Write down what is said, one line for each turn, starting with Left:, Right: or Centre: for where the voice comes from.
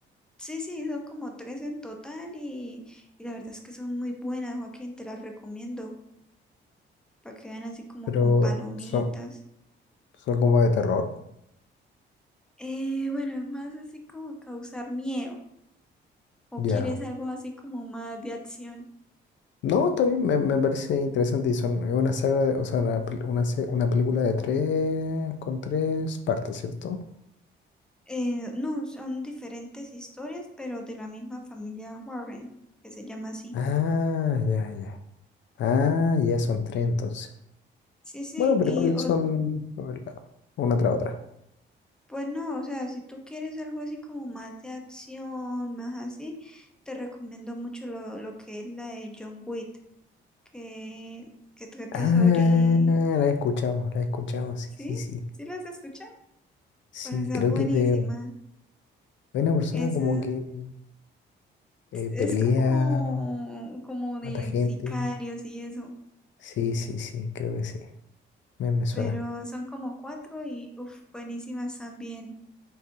Centre: sí, sí, son como tres en total y, y la verdad es que son muy buenas, Joaquín, te las recomiendo. para que vean así como
Left: Pero
Centre: con palomitas.
Left: son, son como de terror.
Centre: Eh, bueno, es más así como causar miedo. ¿O
Left: Ya.
Centre: quieres algo así como más de acción?
Left: No, está bien, me, me parece interesante y son es una saga, de- o sea, una, pel- una, se- una película de tres, con tres partes, ¿cierto?
Centre: Eh, no, son diferentes historias, pero de la misma familia Warren, que se llama así.
Left: Ah, ya, ya. Ah, ya son tres entonces.
Centre: Sí, sí,
Left: Bueno, pero
Centre: y
Left: igual
Centre: os-
Left: son a ver, la- una tras otra.
Centre: pues no, o sea, si tú quieres algo así como más de acción, más así, te recomiendo mucho lo, lo que es la de John Wick, que, que trata
Left: Ah,
Centre: sobre...
Left: la he escuchado, la he escuchado, sí,
Centre: ¿Sí?
Left: sí, sí.
Centre: ¿Sí la has escuchado?
Left: Sí,
Centre: Bueno, esa
Left: creo
Centre: es buenísima.
Left: que es de hay una persona
Centre: Es,
Left: como
Centre: eh,
Left: que eh,
Centre: es
Left: pelea,
Centre: como, como de
Left: mata gente.
Centre: sicarios y eso,
Left: Sí, sí, sí, creo que sí. Me, me suena.
Centre: pero son como cuatro y uf, buenísimas también.